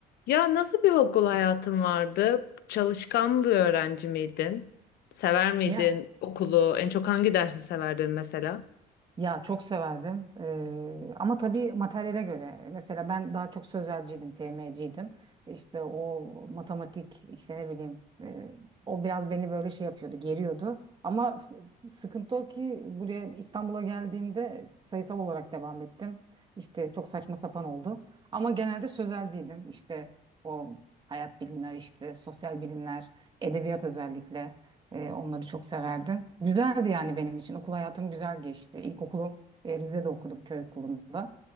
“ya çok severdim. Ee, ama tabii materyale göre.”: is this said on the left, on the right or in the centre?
Right